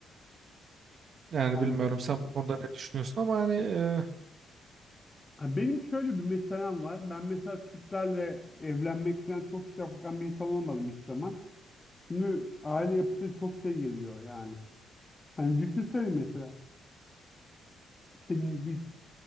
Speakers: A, on the right; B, on the left.
A: Yani
B: Handan?
A: bilmiyorum sen bu konuda ne düşünüyorsun ama hani e,
B: Ha, Benim şöyle bir meselem var. Ben mesela Türklerle evlenmek falan çok sıcak bakan bir insan olmadım hiç zaman. Çünkü aile yapısı çok şey geliyor yani. Hani düşünsene mesela. senin bir